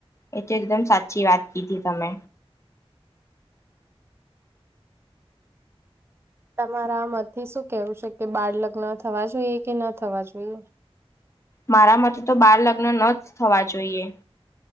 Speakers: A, on the left; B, on the right.
A: એ તો એકદમ સાચી વાત કીધી તમે
B: તમારા મમાંથી શું કેવું છે કે બાળ લગ્ન થવા જોઈએ કે ન થવા જોઈએ
A: મારા મથી તો બાર લગ્ન ન થવા જોઈએ